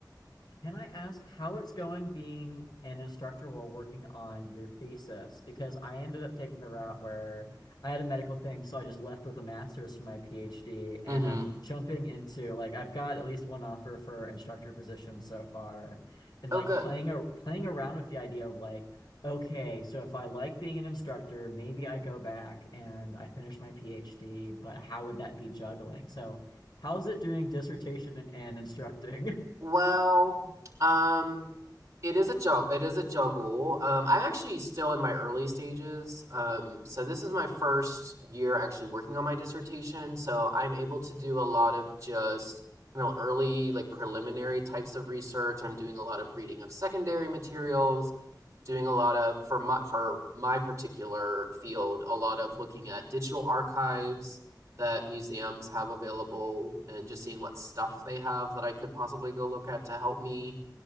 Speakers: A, on the left; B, on the right.
A: Can I ask how it's going being an instructor while working on your thesis? Because I ended up taking the route where I had a medical thing, so I just left with a master's for my PhD, and
B: mm-hmm
A: I'm jumping into like I've got at least one offer for instructor position so far, and
B: oh
A: like
B: good
A: playing a playing around with the idea of like, okay, so if I like being an instructor, maybe I go back and I finish my PhD, but how would that be juggling? So how's it doing dissertation and, and instructing?
B: well um It is a juggle. It is a juggle. Um, I'm actually still in my early stages. Um, so this is my first year actually working on my dissertation. So I'm able to do a lot of just you know early like preliminary types of research. I'm doing a lot of reading of secondary materials, doing a lot of for my for my particular field, a lot of looking at digital archives that museums have available and just seeing what stuff they have that I could possibly go look at to help me.